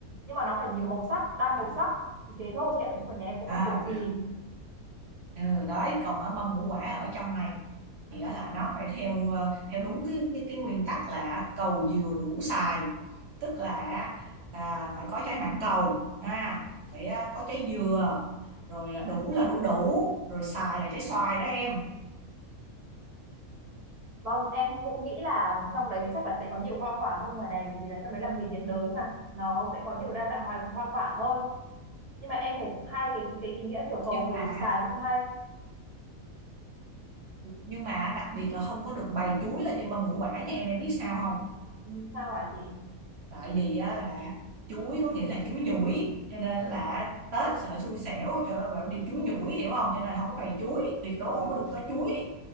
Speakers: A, on the right; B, on the right.
A: Nhưng mà nó phải nhiều màu sắc, đa màu
B: à,
A: sắc. Chỉ thế thôi chị ạ, nói chung là nhà em cũng
B: à,
A: không cầu kỳ.
B: ừ, đấy còn ở mâm ngũ quả ở trong này thì á là nó phải theo ờ, theo đúng cái cái cái nguyên tắc là cầu dừa đủ xài tức là à, phải có trái mảng cầu ha phải à, có trái dừa rồi à, đủ là đu đủ rồi xài là trái xoài đó em
A: Vâng, em cũng nghĩ là trong đấy chắc là sẽ có nhiều hoa quả hơn ngoài này, bởi vì là trong đấy là miền nhiệt đới mà, nó sẽ có nhiều đa dạng hoa, hoa quả hơn. Nhưng mà em thấy cũng hay cái cái ý nghĩa kiểu cầu
B: nhưng
A: vừa
B: mà
A: đủ xài cũng hay.
B: nhưng mà đặc biệt là không có được bày chuối lên trên mâm ngũ quả nha em em biết sao không
A: Ừ, Sao hả chị?
B: tại vì á là chuối có nghĩa là chuối nhủi cho nên là Tết sợ xui
A: Ừ.
B: xẻo trời ơi bảo đi chuối nhủi hiểu không cho nên không có bày chuối tuyệt đối
A: Ồ,
B: không có được có chuối